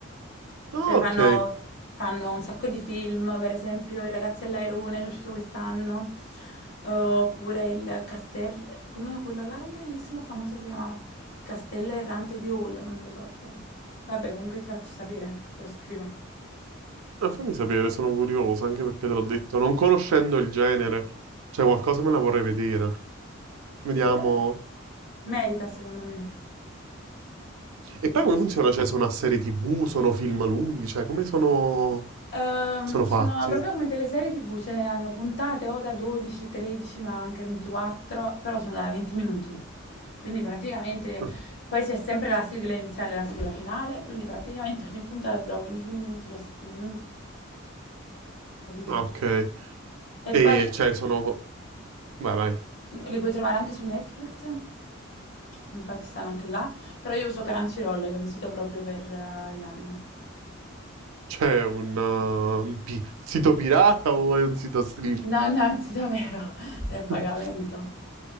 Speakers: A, on the right; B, on the left.
A: Ah,
B: Cioè fanno,
A: ok.
B: fanno un sacco di film, per esempio I ragazzi all'airone, che è uscito quest'anno, eh, oppure il castello, quello, quello là, un bellissimo famoso si chiamava Il castello errante di Hall, non mi ricordo. Vabbè, comunque ti faccio sapere, te lo scrivo.
A: Eh, fammi sapere, sono curioso, anche perché te l'ho detto, non conoscendo il genere, cioè qualcosa me la vorrei vedere. Vediamo.
B: Sì, eh. Merita secondo me.
A: E poi come funziona? Cioè, sono a serie TV, sono film lunghi, cioè come sono
B: Ehm,
A: sono
B: sono
A: fatti?
B: proprio come delle serie TV, cioè hanno puntate o da 12, 13, ma anche 24, però sono da 20 minuti. Quindi praticamente
A: Ah,
B: poi c'è sempre la sigla iniziale e la sigla finale, quindi praticamente ogni puntata dura 15 minuti, 17 minuti, capito?
A: Ok.
B: E
A: E
B: poi
A: cioè sono Vai, vai.
B: li puoi trovare anche su Netflix, infatti stanno anche là, però io uso Crunchyroll, che è un sito proprio per eh, gli anime.
A: C'è un, uh, un pi- sito pirata o è un sito stream?
B: No, no, è un sito vero, <laughs> è
A: <laughs>
B: a pagamento.